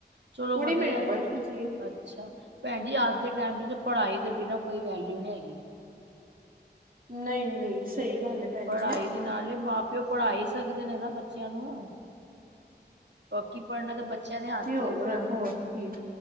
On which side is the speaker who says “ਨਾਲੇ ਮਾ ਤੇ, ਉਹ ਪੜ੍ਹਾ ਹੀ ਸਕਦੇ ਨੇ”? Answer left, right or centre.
Right